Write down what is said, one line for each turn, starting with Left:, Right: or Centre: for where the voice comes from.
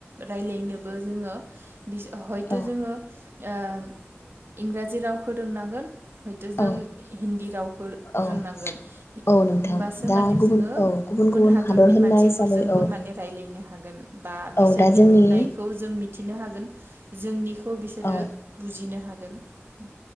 Right: राय्लायनोबो जोङो हयथ'
Left: औ
Right: जोङो ओ इंराजि रावखौ रोंनांगोन। हयथ' जों
Left: औ
Right: हिन्दी रावखौ
Left: औ
Right: रोंनांगोन
Left: औ नोंथां
Right: होमबासो
Left: दा
Right: माने
Left: गुबुन
Right: जोङो
Left: औ
Right: गुबुन हादरनि
Left: हादर होननाय
Right: मानसिफोर
Left: हिसाबै
Right: जोंबो
Left: औ
Right: माने रायज्लायनो हागोन बा बिसोरनि
Left: औ दा जोंनि
Right: बुंनायखौ जों मि थिनो हागोन जोंनि खौ बिसोरो
Left: औ
Right: बुजिनो हागोन। नो